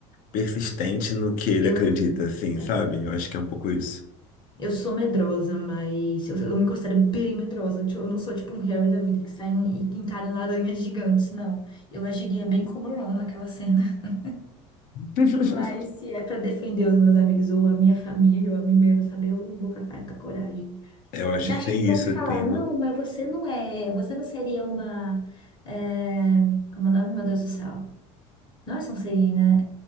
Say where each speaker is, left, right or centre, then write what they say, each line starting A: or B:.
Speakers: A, on the left; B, on the left.
A: persistente no que ele
B: Eu.
A: acredita, assim,
B: é,
A: sabe? Eu acho que é um pouco isso.
B: Eu sou medrosa, mas eu, eu me considero bem medrosa. Eu, ti- eu não sou tipo um Harry da vida que sai e que encara aranhas gigantes, não. Eu agiria bem como o Ron naquela cena. <laughs>
A: <laughs>
B: Mas se é pra defender os meus amigos ou a minha família ou a mim mesma, sabe? Eu vou com a cara e com a coragem.
A: Eu acho
B: Já
A: que
B: chegaram
A: tem isso,
B: a me falar,
A: tem
B: não,
A: uma.
B: mas você não é, você não seria uma. é, Como é o nome, meu Deus do céu? Não é Sonserina,